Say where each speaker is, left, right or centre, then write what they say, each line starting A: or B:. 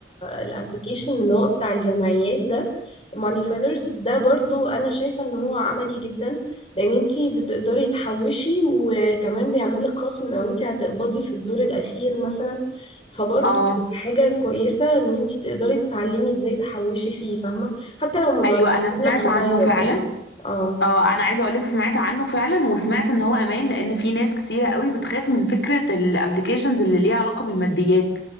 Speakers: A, on the left; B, on the left.
A: الابلكيشن اللي هو بتاع الجمعيات ده ماني فيلرز ده برضو انا شايفه ان هو عملي جدا لان انتي بتقدري تحوشي وكمان بيعمل لك خصم لو انتي هتقبضي في الدور الاخير مثلا فبرضو
B: اه
A: حاجه كويسه ان انتي تقدري تتعلمي ازاي تحوشي فيه فاهمه حتى لو مبلغ
B: ايوه انا سمعت
A: صغير
B: عنه فعلا
A: يعني اه
B: اه انا عايزه اقولك سمعت عنه فعلا وسمعت ان هو امان لان في ناس كتيره قوي بتخاف من فكره الابليكيشنز اللي ليها علاقه بالماديات